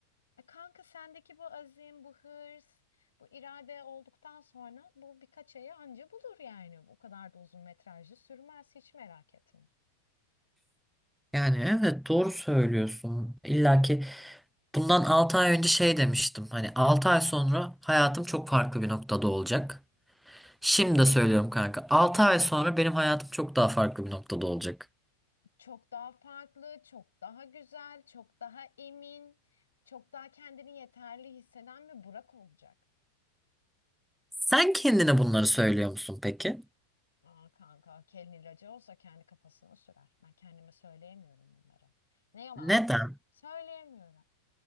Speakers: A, on the left; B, in the centre.
A: E, Kanka sendeki bu azim, bu hırs, bu irade olduktan sonra bu birkaç ayı anca bulur yani. O kadar da uzun metrajlı sürmez hiç merak etme.
B: Yani evet doğru söylüyorsun. İlla ki bundan 6 ay önce şey demiştim. Hani 6 ay sonra hayatım çok farklı bir noktada olacak. Şimdi de söylüyorum kanka. altı ay sonra benim hayatım çok daha farklı bir noktada olacak.
A: Çok daha farklı, çok daha güzel, çok daha emin, çok daha kendini yeterli hisseden bir Burak olacak.
B: Sen kendine bunları söylüyor musun peki?
A: Aa kanka, kelin ilacı olsa kendi kafasına sürer. Ben kendime söyleyemiyorum bunları. Ne yalan
B: Neden?
A: söyleyeyim. Söyleyemiyorum.